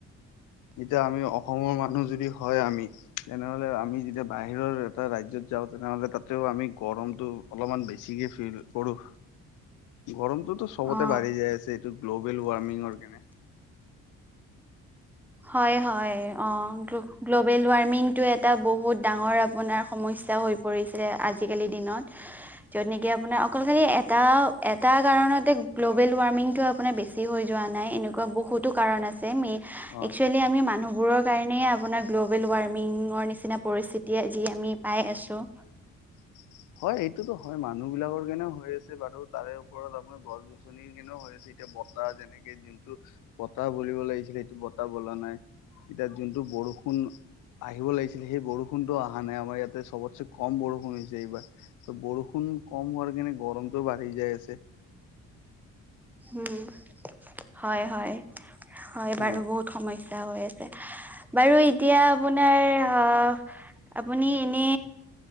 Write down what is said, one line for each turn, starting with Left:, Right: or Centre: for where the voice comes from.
Left: এতিয়া আমি অসমৰ মানুহ যদি হয় আমি। তেনেহ'লে আমি যেতিয়া বাহিৰৰ এটা ৰাজ্যত যাওঁ তেনেহ'লে তাত। ও আমি গৰমতটো অলপমান বেছিকে ফিল কৰো গৰম। তো সবতে
Centre: অ
Left: বাঢ়ি যায় আছে এইটো গ্ল'বেল ৱাৰ্মিংৰ কেনে।
Centre: হয়, হয় অ গ গ্। গ্ল'বেল ৱাৰ্মিংটো এটা বহুত ডাঙৰ আপোনাৰ সমস্যা হৈ পৰিছিল আজিকালি দিনত। যত নেকি আপোনাৰ অকল খালি এটা এটা কাৰণতে গ্ল'বেল ৱাৰ্মিং টো আপোনাৰ বেছি হৈ। যোৱা নাই এনেকুৱা বহুতো কাৰণ আছে ম।
Left: অ'
Centre: আমি মানুহ বোৰৰ কাৰণেই আপোনাৰ গ্ল'বেল ৱাৰ্মিংৰ নিচিনা পৰিস্থিতি যি আমি পাই আছো।
Left: হয় হয় এইটোতো হয় মানুহ বিলাকৰ কেনেও হৈ আছে বাৰু তাৰে ওপৰত আপোনাৰ গছ গছনিৰ কেনেও হৈ আছে। এতিয়া বতাহ যেনেকে যোনটো বতাহ বিব লাগিছিলে সেইটো বতাহ বলা নাই এতিয়া যোন। টো বৰষুণ আহিব লাগিছিলে। সেই বৰষুণটো অহা নাই আমাৰ ইয়াতে সবতছে কম বৰষুণ হৈছে এইবাৰ। বৰষুণ কম হোৱাৰ কাৰণে গৰমটো বাঢ়ি যায় আছে।
Centre: উম। হয়-হয়, হয় বাৰু
Left: অ
Centre: বহুত সম স্যা হৈ আছে। বাৰু এতিয়া আপোনাৰ অ' আপুনি এনে